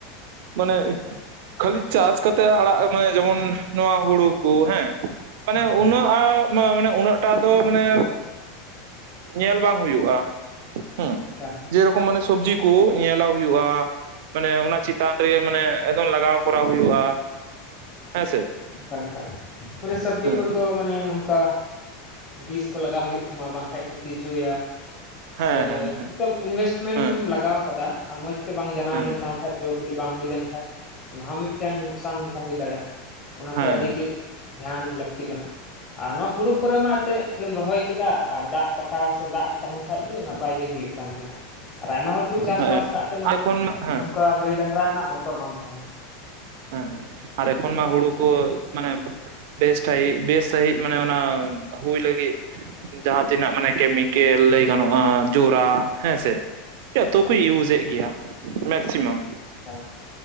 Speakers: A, on the right; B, on the left.
A: ᱢᱟᱱᱮ ᱠᱷᱟᱹᱞᱤ ᱪᱟᱥ ᱠᱟᱛᱮᱜ ᱟᱲᱟᱜ ᱢᱟᱱᱮ ᱡᱮᱢᱚᱱ ᱱᱚᱣᱟ ᱦᱩᱲᱩ ᱠᱚ ᱦᱮᱸ ᱢᱟᱱᱮ
B: ᱦᱩᱸ ᱦᱩᱸ
A: ᱩᱱᱟᱹᱜ ᱟ ᱢᱟ ᱢᱟᱱᱮ ᱩᱱᱟᱹᱜ ᱴᱟ ᱫᱚ ᱢᱟᱱᱮ ᱧᱮᱞ ᱵᱟᱝ ᱦᱩᱭᱩᱜᱼᱟ᱾ ᱦᱮᱸ
B: ᱮᱠᱟᱞ
A: ᱡᱮᱨᱚᱠᱚᱢ ᱢᱟᱱᱮ ᱥᱚᱵᱡᱤ ᱠᱚ ᱧᱮᱞᱟᱣ ᱦᱩᱭᱩᱜᱼᱟ᱾ ᱢᱟᱱᱮ ᱚᱱᱟ ᱪᱮᱛᱟᱱ ᱨᱮ ᱢᱟᱱᱮ ᱮᱠᱫᱚᱢ ᱞᱟᱜᱟᱣ ᱠᱚᱨᱟᱣ ᱦᱩᱭᱩᱜᱼᱟ ᱦᱮᱸ ᱥᱮ?
B: ᱮᱠᱟᱞ ᱮᱠᱟᱞ, ᱢᱟᱱᱮ ᱥᱚᱵᱽᱡᱤ
A: ᱦᱮᱸ
B: ᱠᱚᱨᱮ ᱫᱚ ᱢᱟᱱᱮ ᱱᱚᱝᱠᱟ ᱵᱤᱥ ᱠᱚ ᱞᱟᱜᱟᱣ ᱦᱳᱭᱳᱜ ᱛᱟᱢᱟ ᱵᱟᱝᱠᱟᱱᱡ ᱠᱚ ᱛᱤᱡᱳᱭᱟ᱾
A: ᱦᱮᱸ
B: ᱥᱮᱻ
A: ᱦᱮᱸ ᱦᱮᱸ
B: ᱤᱱᱵᱷᱮᱥᱴᱢᱮᱱᱴ
A: ᱦᱮᱸ
B: ᱮᱢ ᱞᱟᱜᱟᱣ ᱠᱟᱫᱟ ᱟᱨ ᱢᱚᱸᱡᱽ ᱛᱮ ᱵᱟᱝ ᱡᱟᱱᱟᱢ
A: ᱦᱮᱸ
B: ᱞᱮᱱ ᱛᱟᱢ ᱠᱷᱟᱡ ᱡᱚ ᱵᱤᱞᱤ ᱵᱟᱝ ᱦᱩᱭ ᱞᱮᱱ ᱠᱷᱟᱡ᱾ ᱚᱱᱟ ᱦᱚᱸ ᱢᱤᱫᱴᱮᱱ ᱱᱩᱠᱥᱟᱱ ᱞᱮᱠᱟ ᱦᱩᱭ ᱫᱟᱲᱮᱭᱟᱜᱼᱟ, ᱚᱱᱟ
A: ᱦᱮᱸ
B: ᱛᱮ ᱟᱹᱰᱤ
A: ᱦᱮᱸ
B: ᱜᱮ ᱫᱷᱮᱭᱟᱱ ᱞᱟᱹᱠᱛᱤ ᱠᱟᱱᱟ ᱾ ᱟᱨ ᱱᱚᱣᱟ ᱦᱩᱲᱩ ᱠᱚᱨᱮ ᱢᱟ ᱪᱮᱫ ᱠᱷᱟᱹᱞᱤᱢ ᱨᱚᱦᱚᱭ ᱠᱮᱫᱟ ᱟᱨ ᱫᱟᱜ ᱯᱟᱴᱟᱣ ᱥᱮ ᱫᱟᱜ ᱛᱟᱦᱮᱱ ᱠᱷᱟᱡ ᱜᱮ ᱱᱟᱯᱟᱭ ᱜᱮ ᱦᱩᱭᱩᱜᱼᱟ᱾ ᱛᱟᱢ ᱜᱮ ᱦᱟᱸᱜ ᱟᱨ ᱟᱭᱢᱟ ᱦᱚᱲ ᱠᱚ ᱪᱟᱥ
A: ᱦᱮᱸ
B: ᱵᱟᱥ ᱠᱟᱜ ᱛᱮ ᱢᱟᱱᱮ
A: ᱟᱨ ᱮᱠᱷᱚᱱ ᱢᱟ ᱦᱮᱸ
B: ᱱᱚᱝᱠᱟ ᱜᱟᱹᱭ ᱰᱟᱝᱨᱟ ᱨᱮᱱᱟᱜ ᱵᱚᱛᱚᱨ ᱾ ᱵᱚᱛᱚᱨ ᱵᱟᱝ ᱛᱟᱦᱮᱱᱟ ᱾
A: ᱦᱮᱸ ᱦᱮᱸ, ᱟᱨ ᱮᱠᱷᱚᱱ ᱢᱟ ᱦᱩᱲᱩ ᱠᱚ ᱢᱟᱱᱮ ᱵᱮᱥ ᱴᱷᱟᱦᱤᱡ ᱵᱮᱥ ᱥᱟᱺᱦᱤᱡ ᱢᱟᱱᱮ ᱚᱱᱟ ᱦᱩᱭ ᱞᱟᱹᱜᱤᱫ ᱡᱟᱦᱟᱸ ᱛᱤᱱᱟᱹᱜ ᱢᱟᱱᱮ ᱠᱮᱢᱤᱠᱮᱞ ᱞᱟᱹᱭ ᱜᱟᱱᱚᱜᱼᱟ ᱡᱳᱨᱟ ᱦᱮᱸᱥᱮ? ᱡᱚᱛᱚ ᱠᱚ
B: ᱦᱩᱸ
A: ᱤᱭᱩᱡᱽ
B: ᱦᱩᱸ
A: ᱮᱫ ᱜᱮᱭᱟ ᱢᱮᱠᱥᱤᱢᱟᱢ᱾
B: ᱮᱠᱟᱞ,